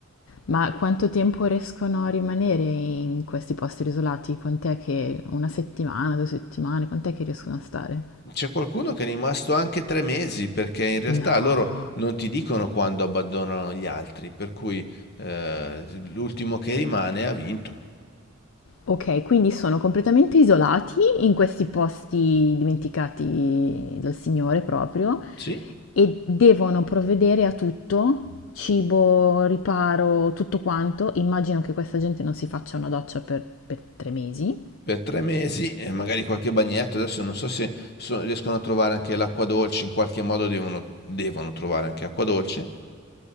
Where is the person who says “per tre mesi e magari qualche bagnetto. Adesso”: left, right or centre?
Left